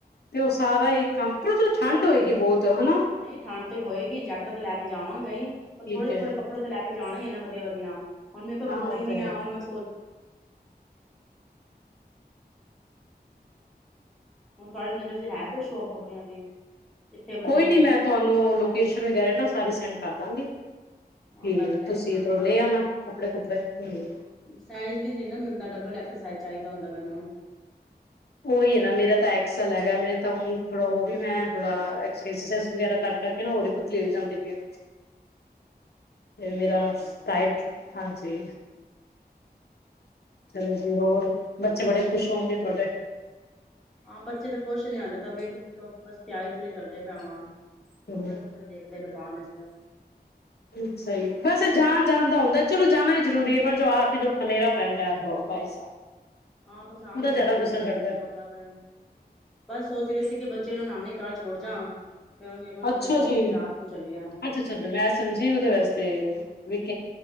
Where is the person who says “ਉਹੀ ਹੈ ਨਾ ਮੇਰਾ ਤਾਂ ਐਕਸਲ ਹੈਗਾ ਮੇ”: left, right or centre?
Left